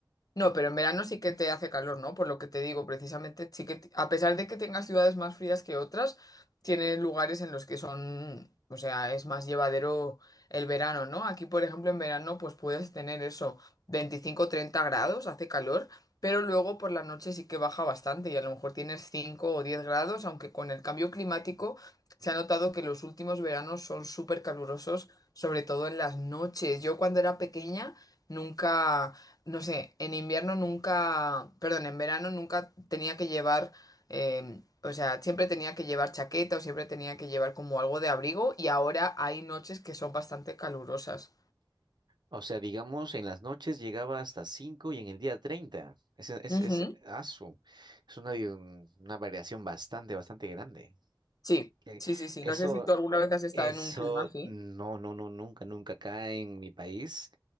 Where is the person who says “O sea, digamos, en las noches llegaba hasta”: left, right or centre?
Right